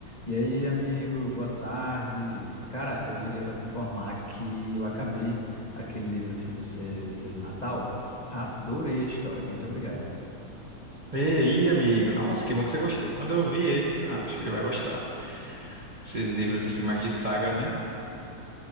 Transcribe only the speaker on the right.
E aí, amigo? Nossa, que bom que você gostou. Quando eu vi ele, eu falei, não, acho que ele vai gostar. Esses livros, assim, mais de saga, né?